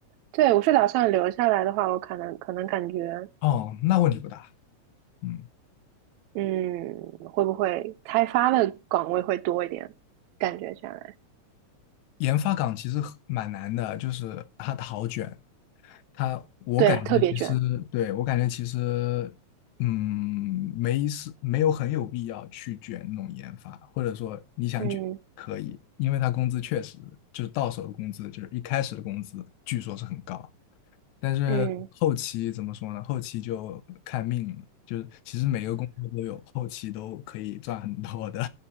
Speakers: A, on the right; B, on the left.
A: 对，我是打算留下来的话，我可能可能感觉，
B: 哦，那问题不大。嗯，
A: 嗯，会不会开发的岗位会多一点？感觉下来，
B: 研发岗其实很蛮难的，就是它它好卷，它我感觉其实对我感觉其实嗯没是没有很有必要去卷那种研发，
A: 对，特别卷，
B: 或者说你想卷可以，
A: 嗯
B: 因为它工资确实就是到手的工资，就是一开始的工资据说是很高，但是后期怎么说呢？
A: 嗯，
B: 后期就看命了，就是其实每个工作都有后期都可以赚很多的，